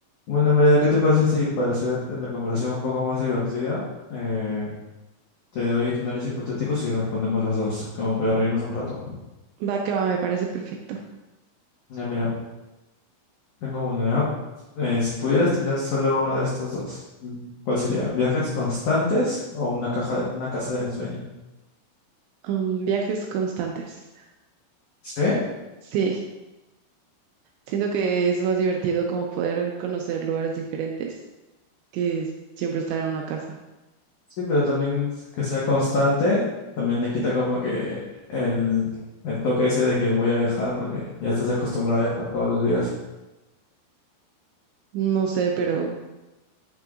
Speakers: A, on the left; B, on the right.
A: Bueno, Mariana, ¿qué te parece si para hacer la conversación un poco más divertida, eh, te doy escenarios hipotéticos y respondemos los dos, como para reírnos un rato?
B: Va que va, me parece perfecto.
A: Ya, mira, tengo uno ya. Eh, si pudieras tener solo uno de estos dos, mm, ¿cuál sería? ¿Viajes constantes o una caja, una casa de ensueño?
B: Am, viajes constantes.
A: Sí,
B: Sí, siento que es más divertido como poder conocer lugares diferentes que siempre estar en una casa.
A: sí, pero también que sea constante, también le quita como que el, el toque ese de que voy a viajar porque ya estás acostumbrado a viajar todos los días.
B: No sé, pero